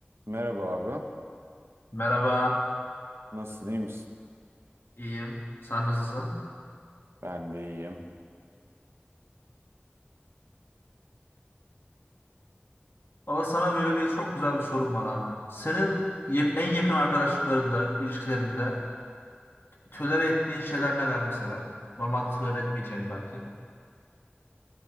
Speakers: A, on the right; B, on the left.
A: Merhaba abi.
B: Merhaba,
A: Nasılsın, iyi misin?
B: iyiyim. Sen nasılsın?
A: Ben de iyiyim.
B: Valla sana böyle bir çok güzel bir sorum var abi. Senin ya- en yakın arkadaşlıklarında, ilişkilerinde tolere ettiğin şeyler neler mesela? Normalde tolere etmeyeceğin belki.